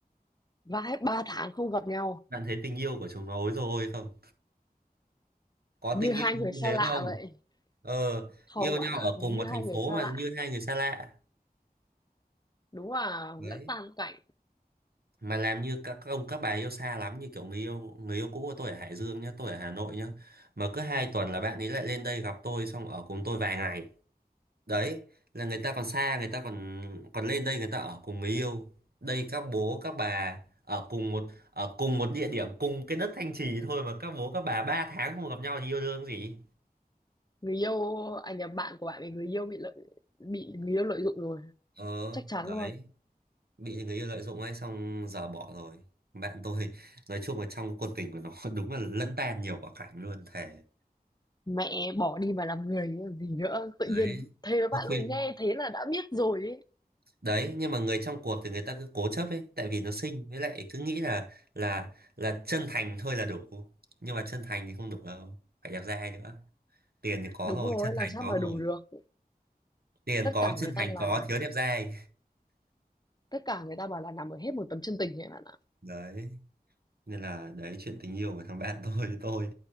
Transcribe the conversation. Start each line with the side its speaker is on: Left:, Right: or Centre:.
Left: Vãi, ba tháng không gặp nhau.
Right: bạn thấy tình yêu của chúng nó ối rồi ôi không có
Left: Như
Right: tình
Left: hai
Right: yêu
Left: người
Right: như
Left: xa
Right: thế
Left: lạ
Right: không
Left: vậy.
Right: ờ
Left: Không
Right: yêu
Left: bạn
Right: nhau
Left: ạ,
Right: ở
Left: như
Right: cùng một
Left: hai
Right: thành
Left: người
Right: phố
Left: xa
Right: mà
Left: lạ.
Right: như hai người xa lạ
Left: Đúng là
Right: đấy
Left: lẫn tan cảnh,
Right: mà làm như các các ông các bà yêu xa lắm như kiểu người yêu người yêu cũ của tôi ở Hải Dương nhá tôi ở Hà Nội nhá mà cứ hai tuần là bạn ấy lại lên đây gặp tôi xong ở cùng tôi vài ngày đấy là người ta còn xa người ta còn còn lên đây người ta ở cùng người yêu đây các bố các bà ở cùng một ở cùng một địa điểm cùng cái đất Thanh Trì thôi mà các bố các bà ba tháng không gặp nhau thì yêu đương gì
Left: người yêu à nhầm, bạn của bạn bị người yêu bị lợi bị người yêu lợi dụng rồi,
Right: ờ
Left: chắc chắn
Right: đấy
Left: luôn.
Right: bị người yêu lợi dụng ấy xong giờ bỏ rồi bạn tôi <laughs> nói chung là trong cái cuộc tình của nó <laughs> đúng là lẫn tan nhiều quả cảnh luôn thề
Left: Mẹ bỏ đi mà làm người chứ còn gì nữa, tự
Right: đấy
Left: nhiên thế với bạn
Right: nó khuyên
Left: luôn, nghe thế là đã biết rồi ấy.
Right: đấy nhưng mà người trong cuộc thì người ta cứ cố chấp ấy tại vì nó xinh với lại cứ nghĩ là là là chân thành thôi là đủ nhưng mà chân thành thì không đủ đâu phải đẹp trai nữa tiền thì có
Left: Đúng
Right: rồi
Left: rồi,
Right: chân
Left: làm
Right: thành
Left: sao
Right: có
Left: mà
Right: rồi
Left: đủ được.
Right: tiền
Left: Tất
Right: có
Left: cả người
Right: chân
Left: ta
Right: thành
Left: là
Right: có thiếu đẹp trai
Left: tất cả người ta bảo là nằm ở hết một tấm chân tình ấy bạn ạ.
Right: đấy nên là đấy chuyện tình yêu của thằng bạn <laughs> tôi tôi